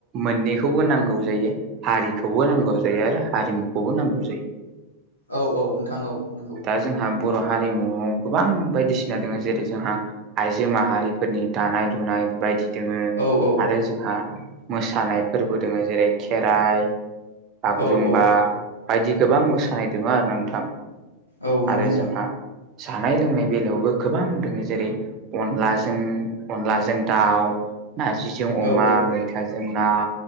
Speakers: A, on the right; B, on the left.
A: मोननै खौबो नांगौ जायो हारिखौबो नांगौ जायो आरो हारिमुखौबो नांगौ जायो।
B: औ औ नोंथां औ नोंगौ।
A: दा जोंहा बर' हारिमुआव गोबां बायदिसिना दङ जेरै जोंहा आइजो माहारिफोरनि दानाय लुनाय बायदि दङो
B: औ औ
A: आरो जोंहा मोसानाय फोरबो दङ जेरै खेराइ बागुरुमबा
B: औ औ
A: बायदि गोबां मोसानाय दङ आरो नोंथां
B: औ नंगौ
A: आरो
B: नोंथां
A: जोंहा जानाय लोंनाय बेलायावबो गोबां दङो जेरै अनलाजों अनलाजों दाउ नारजिजों अमा
B: औ औ
A: मैथाजों ना